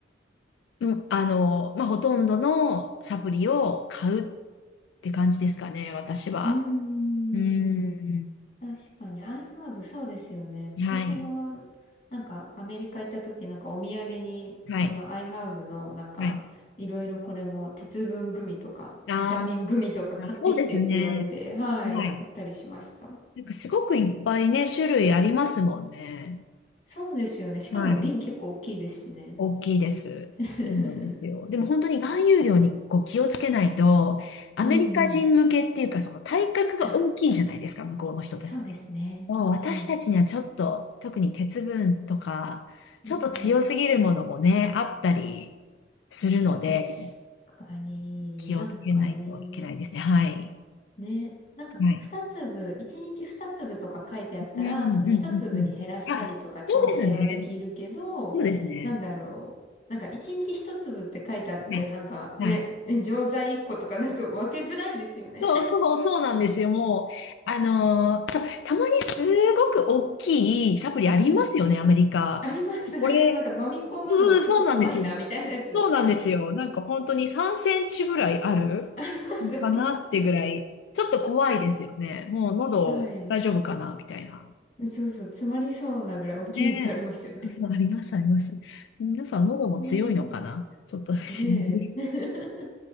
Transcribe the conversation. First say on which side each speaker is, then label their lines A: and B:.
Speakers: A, on the left (about 80°); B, on the left (about 40°).
A: うん、あの、まあ、ほとんどのサプリを買うって感じですかね、私は。
B: うーん。
A: うーん。
B: 確かに、アイハーブ、そうですよね。私も、
A: はい、
B: なんか、アメリカ行った時、なんか、お土産に、
A: はい、
B: その、アイハーブの、なんか、
A: はい。
B: いろいろこれも、鉄分グミとか、
A: あ
B: ビタミングミとか買ってきてって言われて、
A: あ、そうですね。
B: はい、
A: はい。
B: 買ったりしました。
A: なんかすごくいっぱいね、種類ありますもんね。
B: そうですよね。しかも、
A: はい。
B: 瓶結構大きいですしね。
A: 大きいです。
B: <laughs>
A: そうなんですよ。でも本当に含有量にこう気をつけないと、アメリカ人向けっていうか、
B: うんうん。
A: その体格が大きいじゃないですか、
B: あ、
A: 向こうの人たち。
B: そうですね。
A: そう私たちにはちょっと、
B: うん。
A: 特に鉄分とか、ちょっと強すぎるものもね、
B: うんうん。
A: あったりするので、
B: 確かに、
A: 気をつけないといけないですね。
B: なんかね。
A: はい。
B: ね。なんか、
A: はい。
B: 二粒、一日二粒とか書いてあったら、
A: うん、うん、
B: その一粒に減らしたりとか調整はできるけど、
A: うん、うん。あ、そうですね。そうですね。
B: なんだろう。なんか、一日一粒って書いてあって、
A: はい。
B: なんかね、
A: はい。
B: え錠剤一個とかだと分けづらいですよね。
A: そうそう、そうなんですよ。もう、あのーそう、たまにすごく大きいサプリありますよね、
B: うん。
A: アメリカ。
B: <laughs> あります、
A: これ、
B: あります。なんか飲み込むのちょっと怖いな、
A: そう、そうなんですよ。
B: みたいなやつ。
A: そうなんですよ。なんか本当に3センチぐらいある
B: <laughs> あります、あります。
A: かなってぐらい、ちょっと怖いですよね。もう喉大丈夫かなみたいな。
B: はい。そうそう、詰まりそうなぐらい大きいやつありますよね。
A: ねえ。そうそう、あります、あります。皆さん喉も強いのかなちょっと不思議。
B: うんうんね